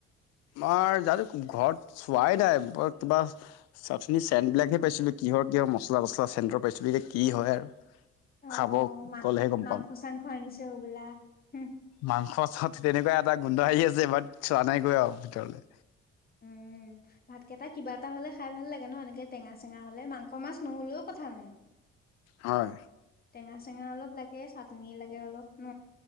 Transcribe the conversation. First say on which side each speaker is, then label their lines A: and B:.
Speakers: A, on the left; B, on the left.
A: আমাৰ জানো, ঘৰত চোৱাই নাই <unintelligible> চাকচোনি চেণ্ট বিলাকহে পাইছিলো কিহৰ কিহৰ মছলা তছলা চেণ্টৰ পাইছিলো, এতিয়া কি হয় আৰু।
B: অ',
A: খাব
B: মা
A: গ'লেহে গম
B: মাংস
A: পাম।
B: চাংস আনিছে হ'বোলা, উম
A: মাংস চা তেনেকুৱা এটা গোন্ধ আহি আছে, বাট চোৱা নাইগৈ আৰু ভিতৰলৈ।
B: উম, ভাতকেইটা কিবা এটা হ'লে খাই ভাল লাগে ন, এনেকে টেঙা চেঙা হ'লে মাংস মাছ নহ'লেও কথা নাই।
A: হয়।
B: টেঙা চেঙা অলপ লাগে, চাটনি লাগে অলপ ন,